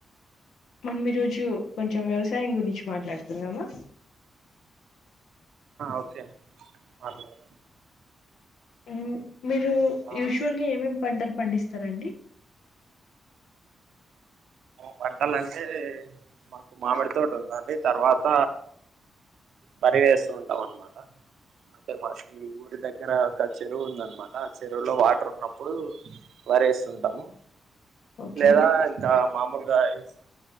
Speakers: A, on the left; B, on the right.
A: మనం ఈ రోజు కొంచెం వ్యవసాయం గురించి మాట్లాడుతున్నామా?
B: ఓకే అండి మాట్లాడత
A: మ్ మీరు
B: ఆ
A: యూజువల్గా ఏమేమి పంటలు పండిస్తారండి?
B: పంటలంటే మాకు మామిడి తోటి ఉందండి తర్వాత వరి వేస్తు ఉంటాంనమాట. తే మాకి ఊరి దగ్గర ఒక చెరువు ఉందనమాట ఆ చెరువులో వాటర్ ఉన్నప్పుడు వరేస్తుంటాము
A: ఓకే
B: లేదా ఇంకా ములుగా ఐస్